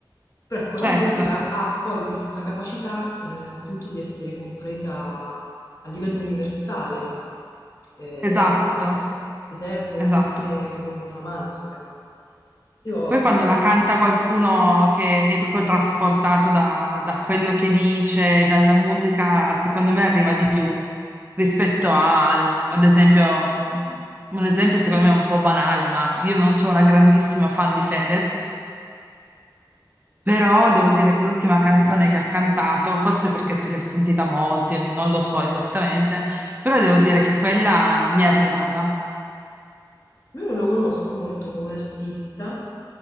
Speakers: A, on the left; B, on the right.
A: Però ecco,
B: certo,
A: la musica ha poi questa capacità, eh, appunto di essere compresa a livello universale, eh,
B: esatto.
A: ed è veramente
B: Esatto.
A: una cosa magica. Io ho
B: Poi
A: ascoltato...
B: quando la canta qualcuno che è proprio trasportato da, da quello che dice, dalla musica, secondo me arriva di più rispetto al, ad esempio, mh, un esempio secondo me è un po' banale, ma io non sono una grandissima fan di Fedez, però devo dire che l'ultima canzone che ha cantato, forse perché se l'è sentita molto, io non lo so esattamente, però devo dire che quella mi è arrivata.
A: Lui non lo conosco molto come artista,